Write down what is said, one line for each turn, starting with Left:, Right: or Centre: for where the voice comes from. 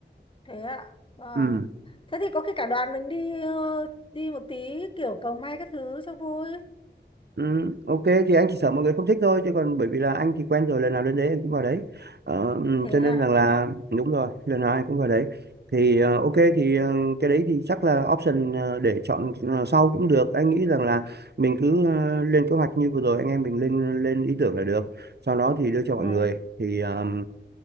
Left: thế ạ. Vâng.
Right: ừ.
Left: Thế thì có khi cả đoàn mình đi ờ, đi một tí kiểu cầu may các thứ cho vui.
Right: Ừ, ok thì anh chỉ sợ mọi người không thích thôi chứ còn bởi vì là anh thì quen rồi lần nào lên đấy anh cũng vào đấy ờ, ừ,
Left: Thế
Right: cho nên
Left: ạ.
Right: rằng là đúng rồi lần nào anh cũng vào đấy thì ờ, ok thì ờ, cái đấy thì chắc là option ờ, để chọn ờ, sau cũng được anh nghĩ rằng là mình cứ ờ, lên kế hoạch như vừa rồi anh em mình lên lên ý tưởng là được sau đó thì đưa cho
Left: Dạ.
Right: mọi người thì ờ,